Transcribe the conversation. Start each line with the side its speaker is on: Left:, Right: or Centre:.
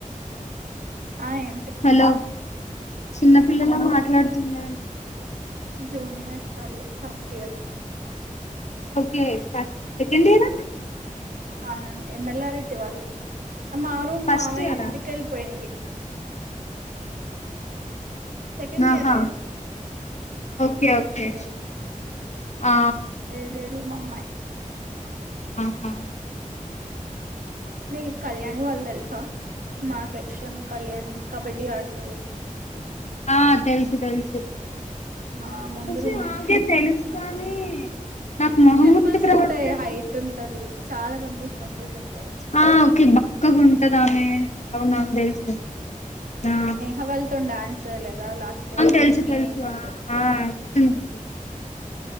Right: హాయ్
Left: హలో చిన్నపిల్లల మాట్లాడుతున్న
Right: జూనియర్స్ వాళ్ళు first year
Left: okay first second year అన్నవ్
Right: ఆ ఎమ్మెలారట్టి వాళ్ళు అమ్ మ్
Left: ఫస్ట్
Right: మామయ్య
Left: ఇయరా
Right: ఇంటికెళ్ళిపోయింది సెకండ్
Left: ఆహా
Right: ఇయర్
Left: ఓకే
Right: ఇప్పుడు సెకండ్
Left: ఓకే
Right: ఇయర్
Left: ఆ
Right: వేరే రూమ్ అమ్మాయి
Left: ఆహా
Right: నీకు కళ్యాణి వాళ్ళు తెలుసా మా సెక్షన్ కళ్యాణి కబడ్డీ ఆడుతది
Left: ఆ తెలుసు తెలుసు
Right: మా ముందు
Left: వష <unintelligible>
Right: రూమే
Left: అగే తెలుసు
Right: ఆ
Left: కానీ
Right: పిల్ల
Left: నాకు మొహం
Right: పింపుల్స్
Left: గుర్తుకు రావట్లేదు
Right: ఉంటాయి హైట్ ఉంటది చాలా పెంపుల్ పెంపుల్స్ ఉంటాయి
Left: ఆ ఓకే బక్క గుంటదామే ఆమె నాకు తెలుసు నా
Right: ఆ వాళతో డాన్స్ ఏయ్ లేదా లాస్ట్ ఇయర్
Left: తెలుసు
Right: మీతో
Left: తెలుసు ఆ ఆ గుర్తుంది గుర్తుంది